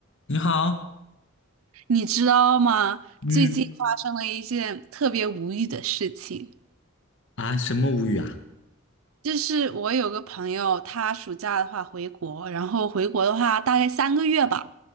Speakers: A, on the left (about 60°); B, on the right (about 70°).
A: 你好，
B: 你知道吗？
A: 嗯
B: 最近发生了一件特别无语的事情，
A: 啊，什么无语啊？
B: 就是我有个朋友，他暑假的话回国，然后回国的话大概三个月吧，